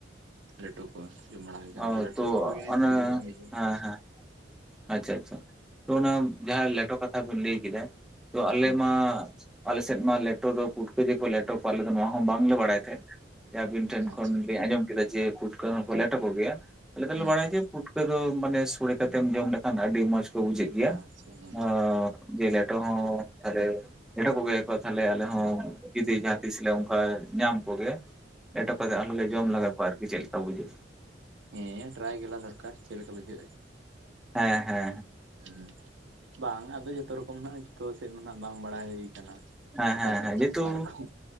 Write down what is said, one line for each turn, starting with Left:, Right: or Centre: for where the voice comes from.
Right: ᱞᱮᱴᱚ ᱠᱚ ᱡᱚᱢ ᱵᱟᱲᱟ ᱦᱳᱭ ᱠᱟᱱ
Centre: ᱚ
Right: ᱜᱮᱭᱟ, ᱞᱮᱴᱚ
Centre: ᱛᱚ
Right: ᱠᱚᱜᱮ
Centre: ᱚᱱᱟ
Right: ᱥᱤᱵᱤᱞ ᱞᱤᱧ ᱵᱩᱡᱷᱟᱹᱣᱟ
Centre: ᱦᱮᱸ
Right: ᱾
Centre: ᱦᱮᱸ ᱟᱪᱪᱷᱟ ᱟᱪᱪᱷᱟ ᱛᱳ ᱚᱱᱟ ᱡᱟᱸᱦᱟᱸ ᱞᱮᱴᱚ ᱠᱟᱛᱷᱟ ᱵᱮᱱ ᱞᱮᱭ ᱠᱮᱫᱟ ᱛᱳ ᱟᱞᱮ
Right: ᱦᱮᱸ
Centre: ᱢᱟᱻ ᱟᱞᱮᱥᱮᱫ ᱢᱟ ᱞᱮᱴᱚ ᱫᱚ ᱯᱩᱴᱠᱟᱹ ᱜᱮᱠᱚ ᱞᱮᱴᱚ ᱠᱚᱣᱟ ᱟᱞᱮ ᱫᱚ ᱱᱚᱣᱟ ᱦᱚᱸ ᱵᱟᱝᱞᱮ ᱵᱟᱲᱟᱭ ᱛᱮᱦᱮᱸᱫ ᱾ ᱡᱟᱸᱦᱟᱸ ᱟᱹᱵᱤᱱ ᱴᱷᱮᱱ
Right: ᱦᱮᱸ
Centre: ᱠᱷᱚᱱ
Right: ᱟᱪᱪᱷᱟ
Centre: ᱞᱤᱧ ᱟᱸᱡᱚᱢ ᱠᱮᱫᱟ ᱡᱮ ᱯᱩᱴᱠᱟᱹ ᱦᱚᱠᱚ ᱞᱮᱴᱚ ᱠᱜᱮᱭᱟ ᱟᱞᱮ ᱫᱚᱞᱮ
Right: ᱦᱮᱸ
Centre: ᱵᱟᱲᱟᱭᱟ ᱡᱮ ᱯᱩᱴᱠᱟᱹ ᱫᱚ ᱢᱟᱱᱮ ᱥᱳᱲᱮ ᱠᱟᱛᱮᱢ ᱡᱚᱢ ᱞᱮᱠᱷᱟᱱ ᱟᱹᱰᱤ ᱢᱚᱡᱽ ᱠᱚ ᱵᱩᱡᱷᱟᱹᱜ ᱜᱮᱭᱟ
Right: ᱟᱪᱪᱷᱟ ᱦᱮᱸ
Centre: ᱟᱻ ᱡᱮ ᱞᱮᱴᱚ ᱦᱚᱸ ᱟᱞᱮ ᱞᱮᱴᱚ ᱠᱚᱜᱮᱭᱟᱠᱚ ᱛᱟᱦᱚᱞᱮ ᱟᱞᱮ ᱦᱚᱸ ᱡᱩᱫᱤ ᱡᱟᱸᱦᱟᱸ ᱛᱤᱥ ᱞᱮ ᱚᱱᱠᱟ ᱧᱟᱢ ᱠᱚᱜᱮ ᱞᱮᱴᱚ ᱠᱟᱛᱮᱫ ᱟᱞᱮ ᱞᱮ
Right: ᱦᱮᱸ
Centre: ᱡᱚᱢ ᱞᱟᱜᱟᱠᱚᱣᱟ ᱟᱨᱠᱤ ᱪᱮᱫ ᱞᱮᱠᱟ ᱵᱩᱡᱷᱟᱹᱜᱼᱟ᱾
Right: ᱦᱮᱸ ᱴᱨᱟᱭ ᱞᱟᱜᱟ ᱫᱚᱨᱠᱟᱨ ᱪᱮᱫ ᱞᱮᱠᱟ ᱵᱩᱡᱷᱟᱹᱜ ᱟ ᱾
Centre: ᱦᱮᱸ ᱦᱮᱸ ᱾
Right: ᱩᱢ ᱵᱟᱝ ᱟᱫᱚ ᱡᱷᱚᱛᱚ ᱨᱚᱠᱚᱢ ᱱᱟᱟᱜ ᱡᱚᱛᱚ ᱥᱮᱫ ᱱᱟᱜ ᱵᱟᱝ ᱵᱟᱲᱟᱭ ᱦᱳᱭ ᱠᱟᱱᱟ ᱾
Centre: ᱦᱮᱸ
Right: ᱚᱠᱟ
Centre: ᱦᱮᱸ
Right: ᱥᱮᱫ
Centre: ᱦᱮᱸ
Right: ᱦᱟᱸᱜ
Centre: ᱡᱮᱦᱮᱛᱩ
Right: ᱚᱠᱟ ᱨᱚᱠᱚᱢ